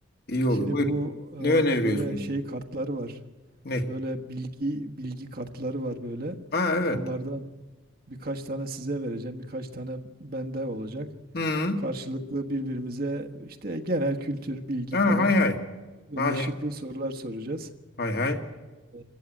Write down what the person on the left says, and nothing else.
İyi olur.
Buyurun.
Ne öneriyorsunuz?
Ne?
Ha evet.
Hı.
Ha
hay hay.
Hay
hay.
Hay hay.